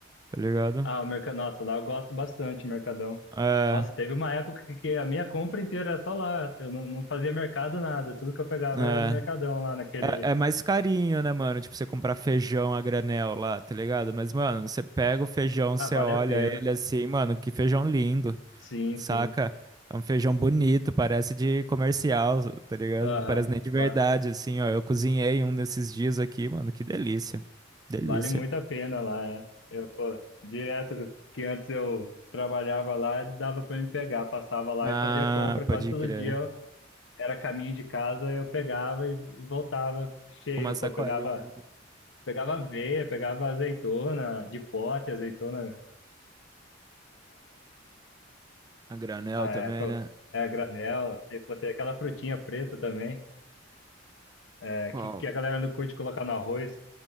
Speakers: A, on the right; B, on the left.
A: tá ligado?
B: ah, o mercado, nossa, lá eu gosto bastante, do Mercadão.
A: É,
B: Nossa, teve uma época que que a minha compra inteira era só lá. Eu não, não fazia mercado nada. Tudo que eu pegava
A: é.
B: era no Mercadão lá naquele.
A: É, é mais carinho, né, mano? Tipo, você comprar feijão a granel lá, tá ligado? Mas, mano, você pega o feijão,
B: Ah,
A: você
B: vale
A: olha
B: a pena.
A: ele assim, mano, que feijão lindo,
B: Sim,
A: saca?
B: sim.
A: É um feijão bonito, parece de comercial, tá ligado?
B: Aham.
A: Não parece nem de verdade,
B: Va-
A: assim, ó. Eu cozinhei um desses dias aqui, mano, que delícia. Delícia.
B: vale muito a pena lá. É. Eu, pô, direto que antes eu trabalhava lá, dava pra me pegar. Passava lá
A: Ah,
B: e fazia compra quase
A: pode
B: todo
A: crer.
B: dia. eu- Era caminho de casa, eu pegava e, e voltava cheio,
A: Com uma sacolinha.
B: pô. Pegava, pegava aveia, pegava azeitona, de pote, azeitona
A: A granel
B: É,
A: também,
B: co-
A: né?
B: é a granel, tem, pô, tem aquela frutinha preta também, é,
A: Qual?
B: que, que a galera não curte colocar no arroz.